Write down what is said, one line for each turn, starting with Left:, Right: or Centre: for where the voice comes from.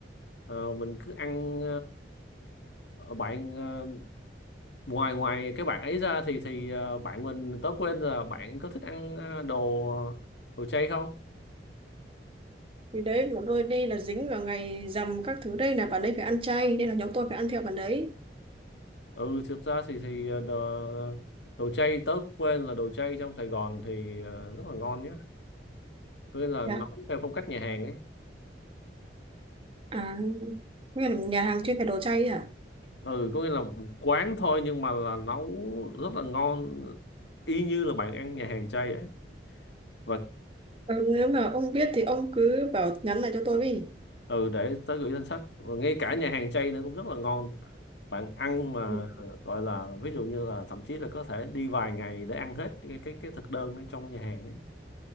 Left: ờ, mình cứ ăn ờ, bạn ờ, ngoài ngoài cái bạn ấy ra thì thì ờ, bạn mình tớ quên là bạn có thích ăn ờ, đồ đồ chay không
Right: thì đấy bọn tôi đi là dính vào ngày rằm các thứ đây là bạn đấy phải ăn chay nên là nhóm tôi phải ăn theo bạn đấy.
Left: ừ thực ra thì thì ờ, đồ, đồ chay tớ cũng quên là đồ chay trong Sài Gòn thì ờ, rất là ngon nhé có nghĩa là
Right: Dạ.
Left: nấu theo phong cách nhà hàng ấy
Right: À, nghĩa là một nhà hàng chuyên về đồ chay ấy hả?
Left: ừ có nghĩa là quán thôi nhưng mà là nấu rất là ngon y như là bạn ăn nhà hàng chay ấy và
Right: Ờ, nếu mà ông biết thì ông cứ bảo nhắn lại cho tôi đi.
Left: ừ để tới gửi danh sách và ngay cả nhà hàng chay nữa cũng rất là ngon bạn ăn mà
Right: Ừ.
Left: ờ, gọi là ví dụ như là thậm chí là có thể đi vài ngày để ăn hết cái cái, cái thực đơn ở trong nhà hàng ấy